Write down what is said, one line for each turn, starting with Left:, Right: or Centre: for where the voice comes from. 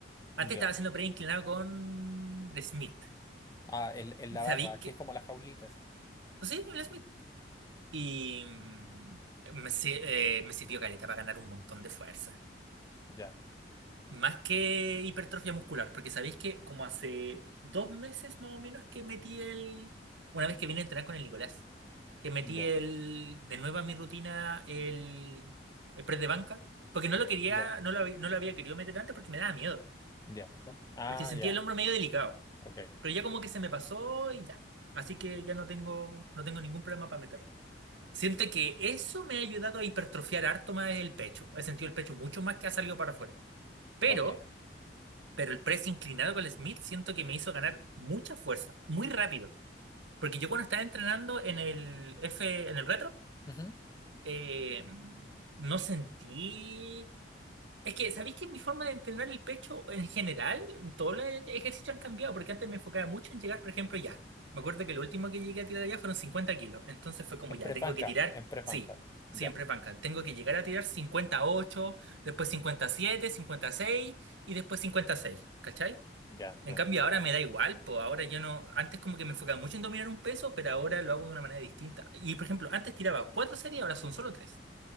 Right: Antes
Left: Ya.
Right: estaba haciendo press inclinado con Smith.
Left: Ah, en, en
Right: Y
Left: la
Right: sabí
Left: barra,
Right: que.
Left: que es como las jaulitas.
Right: pues Sí, el Smith. Y mm, me, si- eh, me sirvió caleta para ganar un montón de fuerza.
Left: Ya,
Right: Más que hipertrofia muscular, porque sabéis que como hace dos meses más o menos que metí el... Una vez que vine a entrenar con el Nicolás, que metí
Left: ya,
Right: el... de nuevo a mi rutina el, el press de banca, porque no lo quería,
Left: ya,
Right: no lo, habí- no lo había querido meter antes porque me daba miedo,
Left: ya. Ah,
Right: porque sentía
Left: ya.
Right: el hombro medio delicado,
Left: Ok,
Right: pero ya como que se me pasó y ya. Así que ya no tengo, no tengo ningún problema para meterlo. Siento que eso me ha ayudado a hipertrofiar harto más el pecho. He sentido el pecho mucho más que ha salido para afuera. Pero...
Left: ok.
Right: Pero el press inclinado con el Smith siento que me hizo ganar mucha fuerza, muy rápido. Porque yo cuando estaba entrenando en el F, en el retro,
Left: Ujú.
Right: eh, no sentí... Es que, ¿sabéis que mi forma de entrenar el pecho en general, todos los ejercicios han cambiado? Porque antes me enfocaba mucho en llegar, por ejemplo, ya. Me acuerdo que lo último que llegué a tirar allá fueron 50 kilos. Entonces fue como
Left: En
Right: ya,
Left: prefanca,
Right: tengo que tirar,
Left: en prefanca.
Right: sí,
Left: Ya,
Right: siempre es banca. Tengo que llegar a tirar cincuenta y ocho después 57, 56 y seis y después cincuenta y seis ¿cachai?
Left: ya, entiendo.
Right: En cambio, ahora me da igual, pues ahora yo no, antes como que me enfocaba mucho en dominar un peso, pero ahora lo hago de una manera distinta. Y por ejemplo, antes tiraba cuatro series, ahora son solo tres.